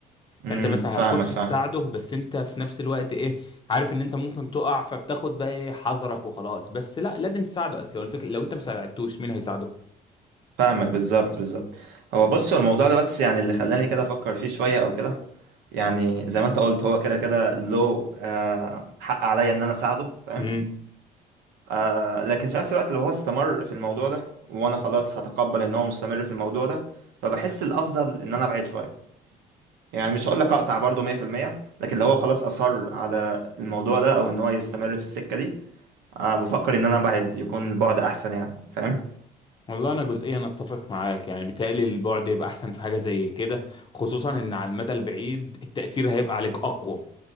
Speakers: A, on the right; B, on the left.
A: امم
B: فانت مثلا
A: فاهمك
B: هتخش تساعده
A: فاهم
B: بس انت في نفس الوقت ايه عارف ان انت ممكن تقع فبتاخد بقى ايه حذرك وخلاص بس لا لازم تساعده اصل هو الفكرة لو انت ما ساعدتوش مين هيساعده
A: فاهمك بالظبط بالظبط هو بص هو الموضوع ده بس يعني اللي خلاني كده افكر فيه شويه او كده يعني زي ما انت قلت هو كده كده له آه حق عليا ان انا اساعده فاهم
B: امم
A: آه لكن في نفس الوقت لو هو استمر في الموضوع ده وانا خلاص هتقبل ان هو مستمر في الموضوع ده فبحس الافضل ان انا ابعد شويه يعني مش هقول لك اقطع برضه 100% لكن لو هو خلاص اصر على الموضوع ده او ان هو يستمر في السكه دي آه بفكر ان انا ابعد يكون البعد احسن يعني فاهم
B: والله انا جزئيا اتفق معاك يعني بيتهيألي البعد يبقى احسن في حاجه زي كده خصوصا ان على المدى البعيد التاثير هيبقى عليك اقوى